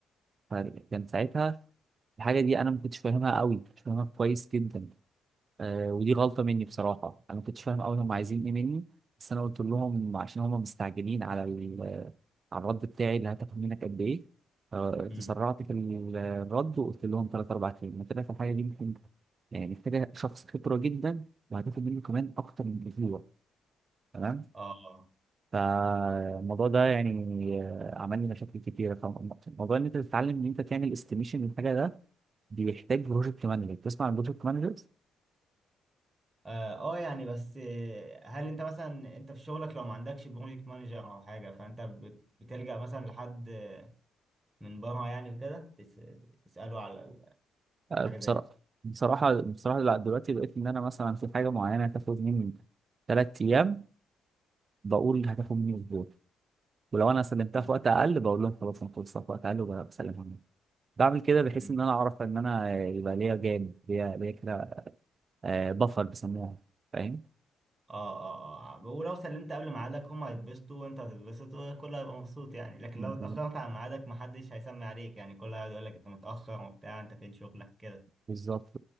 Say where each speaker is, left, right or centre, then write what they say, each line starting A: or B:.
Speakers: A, on the right (about 40°); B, on the right (about 20°).
A: فكان ساعتها الحاجه دي انا ما كنتش فاهمها قوي مش فاهمها كويس جدا آه ودي غلطة مني بصراحة أنا ما كنتش فاهم أوي هم عايزين إيه مني بس أنا قلت لهم عشان هم مستعجلين على ال- على الرد بتاعي اللي هتاخد منك قد إيه آه،
B: مم.
A: تسرعت في ال- الرد وقلت لهم تلات أربع كلمات طلع في الحاجة دي ممكن يعني محتاجة شخص خبرة جدا وهتاخد منه كمان أكتر من أسبوع تمام
B: اه
A: فالموضوع ده يعني آه، عمل لي مشاكل كتيرة فموضوع إن أنت تتعلم إن أنت تعمل استيميشن للحاجة ده بيحتاج بروجكت مانجر تسمع عن بروجكت مانجر
B: اه آه، يعني بس آه، هل انت مثلا انت في شغلك لو ما عندكش بروجكت مانجر او حاجه فانت بت- بتلجأ مثلا لحد آه، من بره يعني وكده تس- تسأله على ال- حاجه
A: بصراحة
B: زي كده
A: بصراحة بصراحة لا دلوقتي بقيت إن أنا مثلا في حاجة معينة هتاخد مني تلات أيام بقول هتاخد مني أسبوع ولو أنا سلمتها
B: مم.
A: في وقت أقل بقول لهم خلاص أنا خلصتها في وقت أقل وبسلمها مني بعمل كده بحيث
B: مم.
A: إن أنا أعرف إن أنا يبقى ليا جانب ليا ليا كده بفر بيسموها فاهم؟
B: اه اه اه ولو سلمت قبل ميعادك هم هيتبسطوا وانت هتتبسط وكله هيبقى مبسوط يعني لكن
A: بالظبط
B: لو اتأخرت عن ميعادك محدش هيسمي عليك يعني كله هيقعد يقول لك انت متأخر وبتاع انت فين شغلك كده
A: بالظبط